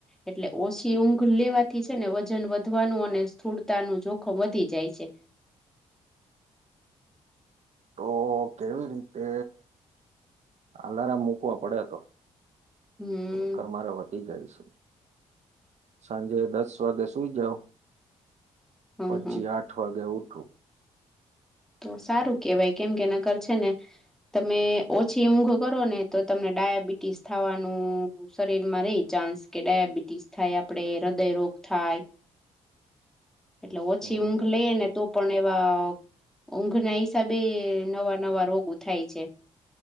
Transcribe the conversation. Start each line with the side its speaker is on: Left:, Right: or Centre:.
Centre: એટલે ઓછી ઊંઘ લેવાથી છે ને વજન વધવાનું અને સ્થૂળતાનું જો ખો વધી જાય છે
Right: તો કેવી રીતે આલારમ મૂકવા પડે તો
Centre: હમ
Right: પર મારે વધી જાય છે સાંજે દસ વાગે સુઈ જાઓ
Centre: હમ
Right: પછી
Centre: હમ
Right: આઠ ઠ વાગે ઉઠું
Centre: તો સારું કેવાય કેમ કે નકર છે ને તમે ઓછી ઊંઘ કરો ને તો તમને ડાયાબિટીસ થવાનું શરીર માં રેય ચાન્સ કે ડાયાબિટીસ થાય આપડે હૃદયરોગ થાય
Right: <inaudible>
Centre: એટલે ઓછી
Right: હમ
Centre: ઊંઘ લઈએે ને તો પણ એવા ઊંઘ ના હિસાબે નવા નવા રોગો થાય છે